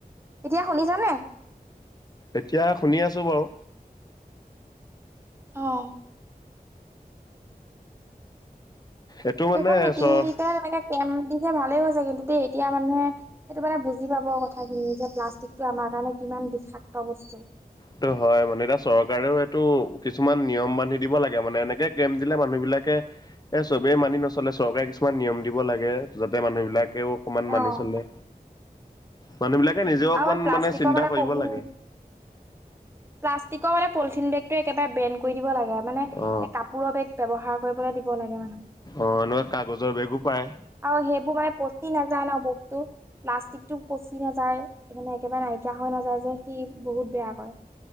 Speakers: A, on the right (about 15°); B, on the left (about 25°).
A: এতিয়া শুনিছানে?
B: এতিয়া শুনি আছো বাৰু।
A: অঁ।
B: এইটো
A: সেইখন
B: মানে
A: মিটিং
B: চ
A: দি <unintelligible> <unintelligible> দিছে ভালেই হৈছে কিন্তু দেই এতিয়া মানুহে সেটো মানে বুজি পাব। <unintelligible> যে প্লাষ্টিকটো আমাৰ কাৰণে কিমান বিষাক্ত বস্তু।
B: সেইটো হয় মানে এতিয়া চৰকাৰেও এইটো কিছুমান নিয়ম বান্ধি দিব লাগে মানে এনেকে <unintelligible> দিলে মানুহ বিলাকে এই চবেই মানি নচলে, চৰকাৰে কিছুমান নিয়ম দিব লাগে যাতে মানুহবিলাকেও অকমান
A: অ',
B: মানি চলে। মানুহ বিলাকে
A: উম,
B: নিজেও
A: আৰু
B: অকমান
A: এই প্লাষ্টিকৰ
B: মানে চিন্তা কৰিব
A: পলিথিন
B: লাগে।
A: প্লাষ্টিকৰ মানে পলিথিন বেগটো একেবাৰে বেণ্ড কৰি দিব লাগে। মানে এ
B: অ
A: কাপোৰৰ বেগ ব্যৱহাৰ কৰিবলৈ দিব লাগে মানুহক।
B: অঁ' এনেকুৱা কাগজৰ বেগো পায়।
A: আৰু সেইবোৰ মানে পচি নাযায় ন' বেগটো প্লাষ্টিকটো পচি নাযায়। এইবোৰ মানে একেবাৰে নাইকিয়া হৈ নাযায় যে সি বহুত বেয়া কৰে।